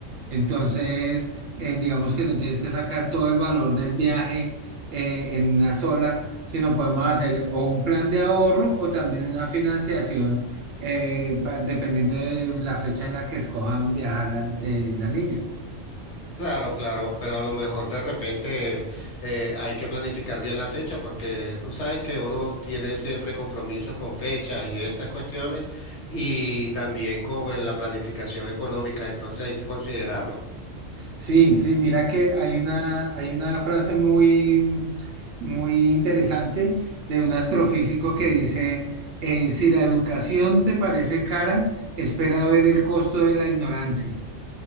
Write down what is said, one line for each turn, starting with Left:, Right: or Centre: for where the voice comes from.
Right: Entonces, eh, digamos que no tienes que sacar todo el valor del viaje eh, en una sola, sino podemos hacer o un plan de ahorro o también una financiación, eh, pa- dependiendo de la fecha en la que escojan viajar la eh, la niña.
Left: Claro, claro, pero a lo mejor de repente eh, hay que planificar bien la fecha porque tú sabes que uno tiene siempre compromisos con fechas y estas cuestiones y también con eh, la planificación económica, entonces hay que considerarlo.
Right: Sí, sí, mira que hay una, hay una frase muy, muy interesante de un astrofísico que dice, eh, si la educación te parece cara, espera a ver el costo de la ignorancia